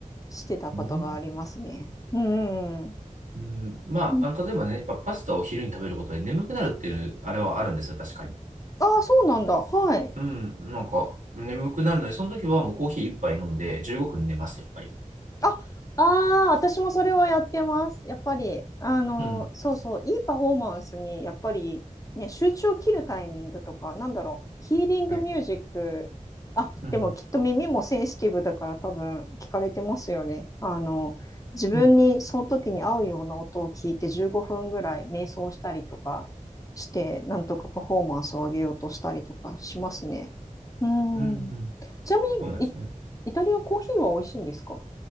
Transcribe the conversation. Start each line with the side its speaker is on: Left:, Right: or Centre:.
Left: してたことがありますね。
Right: うん。
Left: うんうんうん。
Right: うんまあ、
Left: うん
Right: あの、例えばね、やっぱパスタを昼に食べることで眠くなるっていう、あれはあるんですよ、確かに。
Left: ああ、そうなんだ。はい。
Right: うん。なんか、眠くなるので、その時はもうコーヒー一杯飲んで15分寝ます、やっぱり。
Left: あ、ああ、私もそれはやってます。やっぱり、あの、
Right: うん。
Left: そうそう、いいパフォーマンスに、やっぱり、ね、集中を切るタイミングとか、なんだろう、ヒーリングミュージック、
Right: はい。
Left: あ、
Right: うん。
Left: でもきっと耳もセンシティブだから多分聞かれてますよね。あの、自分にその時に合うような音を聞いて15分ぐらい瞑想したりとかして、
Right: うん。
Left: なんとかパフォーマンスを上げようとしたりとかしますね。うん。
Right: うん。うん
Left: ちなみに、
Right: そうなんですね。
Left: イ、イタリアコーヒーは美味しいんですか